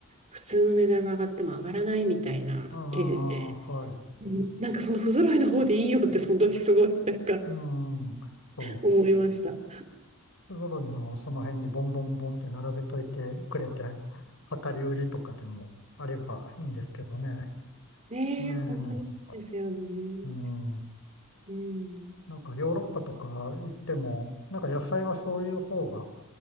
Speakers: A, on the right; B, on the left.
A: 普通の値段が上がっても上がらないみたいな記事で、
B: ああ、はい。
A: うんなんかその不揃いの方でいいよってその時すごいなんか
B: うん、そう。
A: 思いました。
B: 不揃いのその辺にボンボンボンって並べといてくれて、量り売りとかでもあればいいんですけどね。
A: ねえ、
B: ねえ。
A: 本当にそうですよね。
B: うん。
A: うん。
B: なんかヨーロッパとか行っても、なんか野菜はそういう方が、